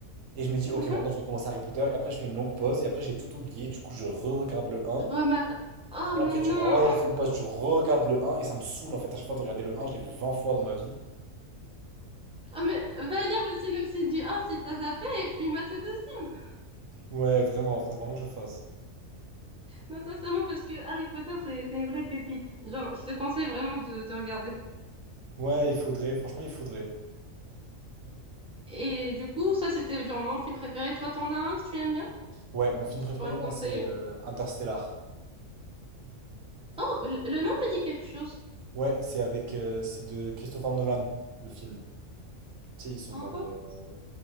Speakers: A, on the right (about 75°); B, in the centre.
A: et je me dis, ok,
B: Mhm.
A: maintenant je vais commencer Harry Potter, et après je fais une longue pause, et après j'ai tout oublié, du coup je re-regarde le un,
B: Remate. Oh
A: et
B: mais
A: après
B: non.
A: tu refais une pause, tu re-regardes le un, et ça me saoule en fait, à chaque fois de regarder le un, je l'ai vu vingt fois dans ma vie.
B: Ah mais va lire le synopsis du un, si t'as zappé et puis mate le deuxième.
A: Ouais, vraiment, faut vraiment que je le fasse.
B: Non, sincèrement, parce que Harry Potter, c'est c'est une vraie pépite. Genre, je te conseille vraiment de, de regarder.
A: Ouais, il faudrait, franchement, il faudrait.
B: Et du coup, ça, c'était genre mon film préféré. Toi, t'en as un que tu aimes bien?
A: Ouais, mon film
B: que
A: préféré,
B: Tu pourrais me
A: moi,
B: conseiller?
A: c'est euh, Interstellar.
B: Oh, le, le nom me dit quelque chose.
A: Ouais, c'est avec, euh, c'est de Christopher Nolan, le film. Tu sais, ils sont
B: Ah,
A: dans les,
B: ah.
A: euh,